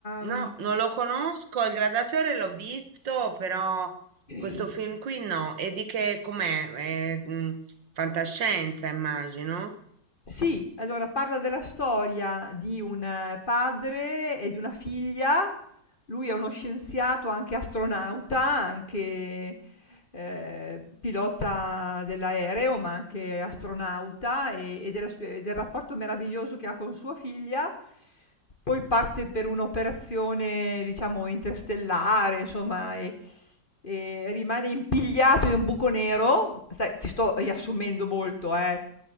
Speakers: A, on the left (about 30°); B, on the right (about 70°).
A: mhmm
B: No, non lo conosco, il Gladiatore l'ho visto, però
A: <clears throat>
B: questo film qui no. E di che com'è? È, mm, fantascienza, immagino.
A: Sì, allora parla della storia di un eh, padre e di una figlia lui è uno scienziato, anche astronauta, anche, ehm, pilota dell'aereo, ma anche astronauta e e della s e del rapporto meraviglioso che ha con sua figlia. Poi parte per un'operazione, diciamo, interstellare, insomma, e e rimane impigliato in un buco nero. Stai ti sto riassumendo molto, eh.